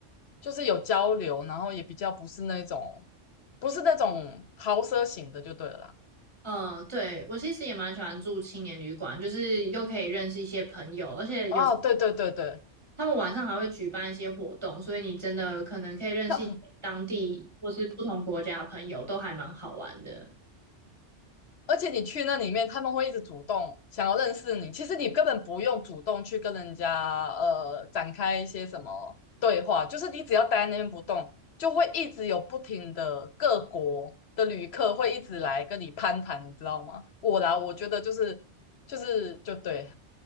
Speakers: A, on the left (about 60°); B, on the right (about 20°).
A: 就是有交流，然后也比较不是那种不是那种豪奢型的就对了啦。
B: 嗯，对，我其实也蛮喜欢住青年旅馆，就是又可以认识一些朋友，而且有。
A: 哦，对对对对。
B: 他们晚上还会举办一些活动，所以你真的可能可以认识一些当地或是不同国家的朋友，
A: <laughs> 那
B: 都还蛮好玩的。
A: 而且你去那里面，他们会一直主动想要认识你。其实你根本不用主动去跟人家呃展开一些什么对话，就是你只要待在那边不动，就会一直有不停的各国的旅客会一直来跟你攀谈，你知道吗？我啦，我觉得就是就是就对